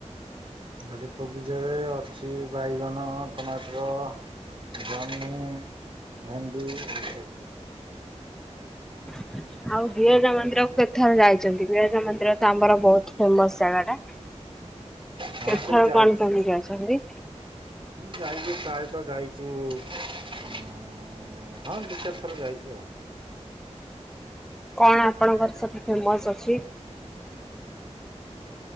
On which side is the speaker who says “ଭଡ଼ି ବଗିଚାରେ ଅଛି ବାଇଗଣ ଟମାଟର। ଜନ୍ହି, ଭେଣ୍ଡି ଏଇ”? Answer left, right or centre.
Right